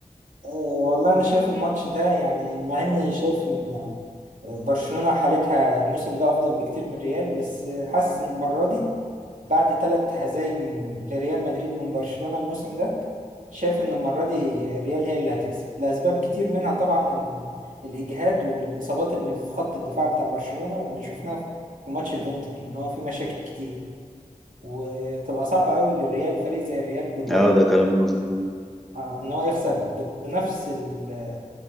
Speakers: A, on the right (about 65°); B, in the centre.
A: آه، والله انا شايف الماتش ده يعني مع اني شايف ان برشلونة حالتها الموسم ده افضل بكتير من ريال بس حاسس ان المرة دي بعد ثلاث هزايم لريال مدريد من برشلونة الموسم ده شايف ان المرة دي الريال هي اللي هتكسب لاسباب كتير منها طبعا ال... الاجهاد والاصابات اللي في خط الدفاع بتاع برشلونة واللي شفناها في ماتش الانتر ان هو في مشاكل كتير وتبقى صعبة قوي للريال فريق زي الريال بالروح
B: اه ده كلام مظبوط
A: آه ان هو يخسر ب- بنفس ال-